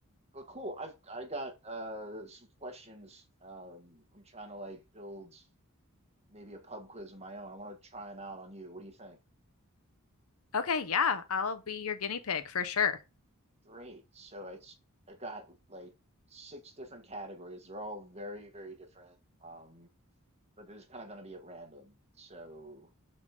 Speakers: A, on the right; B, on the left.
A: but cool. I've I got uh some questions. Um, I'm trying to like build maybe a pub quiz of my own. I want to try them out on you. What do you think?
B: Okay, yeah, I'll be your guinea pig for sure.
A: Great. So it's I got like six different categories. They're all very, very different. Um, but they're just kind of going to be at random. So